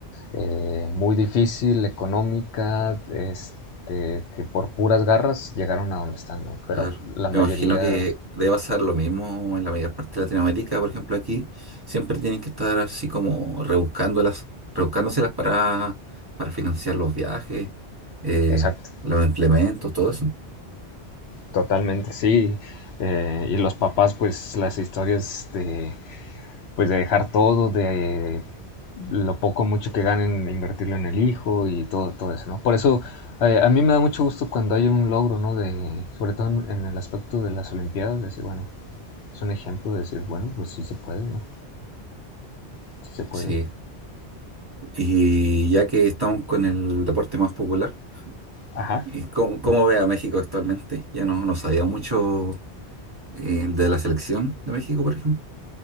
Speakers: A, on the left; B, on the right.
A: eh, muy difícil, económica, este, que por puras garras llegaron a donde están, ¿no? Pero
B: claro.
A: la mayoría,
B: Me imagino que debe pasar lo mismo en la mayor parte de Latinoamérica, por ejemplo, aquí siempre tienen que estar así como rebuscándolas, rebuscándoselas para, para financiar los viajes, eh,
A: exacto,
B: los implementos, todo eso.
A: Totalmente, sí. Eh, y los papás, pues las historias de, pues, de dejar todo, de lo poco o mucho que ganen, invertirlo en el hijo y todo, todo eso, ¿no? Por eso eh, a mí me da mucho gusto cuando hay un logro, ¿no? De, sobre todo en, en el aspecto de las Olimpiadas, decir, bueno, es un ejemplo de decir, bueno, pues sí se puede, ¿no? Sí se puede.
B: Sí. Y ya que estamos con el deporte más popular,
A: Ajá.
B: eh, ¿cómo, cómo ve a México actualmente? Ya no, no sabía mucho eh, de la selección de México, por ejemplo.